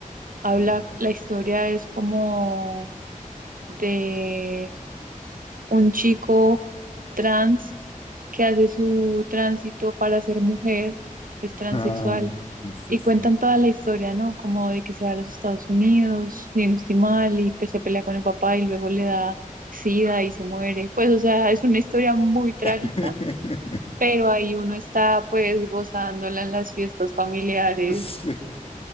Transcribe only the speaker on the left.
Ok.
Ah, sí, sí,
sí.
<laughs>
Sí,